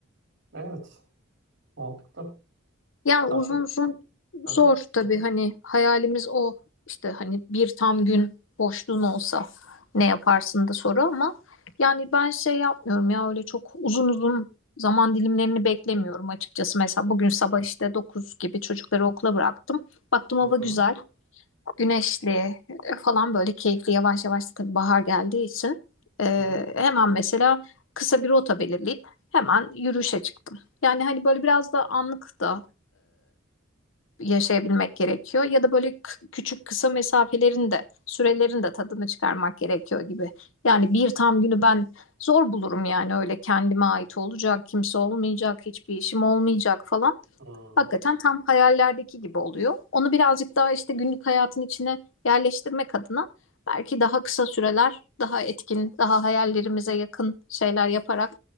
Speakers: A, on the right; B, on the left.
A: Evet. Mantıklı.
B: Yani
A: Arka.
B: uzun uzun
A: Hı
B: zor
A: hı.
B: tabii hani hayalimiz o işte hani bir tam gün boşluğun olsa ne yaparsın da soru ama yani ben şey yapmıyorum ya öyle çok uzun uzun zaman dilimlerini beklemiyorum açıkçası. Mesela bugün sabah işte 9 gibi çocukları okula bıraktım. Baktım
A: Hı
B: hava
A: hı.
B: güzel, güneşli e, falan böyle keyifli yavaş yavaş da tabii bahar geldiği için e,
A: Hı hı.
B: hemen mesela kısa bir rota belirleyip hemen yürüyüşe çıktım. Yani hani böyle biraz da anlık da yaşayabilmek gerekiyor ya da böyle k- küçük kısa mesafelerin de sürelerin de tadını çıkarmak gerekiyor gibi. Yani bir tam günü ben zor bulurum yani öyle kendime ait olacak, kimse olmayacak, hiçbir işim olmayacak falan.
A: Hı.
B: Hakikaten tam hayallerdeki gibi oluyor. Onu birazcık daha işte günlük hayatın içine yerleştirmek adına belki daha kısa süreler, daha etkin, daha hayallerimize yakın şeyler yaparak